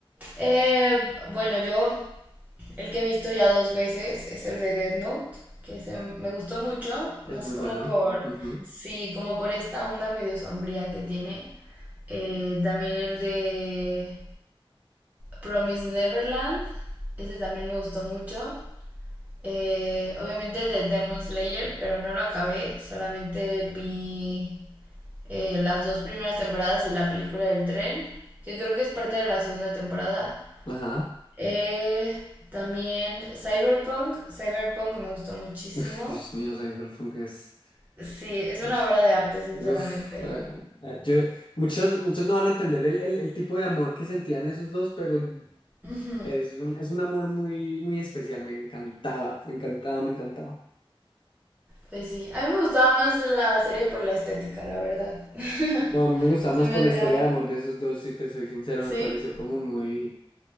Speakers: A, on the right; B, on the left.
A: Eh, bueno, yo el que he visto ya dos veces es el de Death Note, que se me gustó mucho,
B: Es
A: más
B: muy
A: como
B: bueno.
A: por,
B: Ujú.
A: sí, como por esta onda medio sombría que tiene. Eh, también el de Promise Neverland, ese también me gustó mucho. Eh, obviamente el de Demon Slayer, pero no lo acabé, solamente vi eh, las dos primeras temporadas y la película del tren, que creo que es parte de la segunda temporada.
B: Ajá.
A: Eh, también Cyberpunk, Cyberpunk me gustó muchísimo.
B: Uf, Dios mío, Cyberpunk es...
A: Sí, es
B: es-
A: una obra de arte, sinceramente.
B: Uf, eh,
A: <laughs>
B: eh, yo, muchos, muchos no van a entender el, el- el tipo de amor que sentían esos dos, pero
A: Ujú.
B: Es un, es un amor muy, muy especial, me encantaba, me encantaba, me encantaba.
A: Pues sí, a mí me gustaba más la serie por la estética, la verdad. <laughs>
B: No, a mí me gustaba
A: Se
B: más
A: me
B: por
A: hacía...
B: la historia de amor de esos dos, si te soy sincero,
A: ¿Sí?
B: me pareció como muy,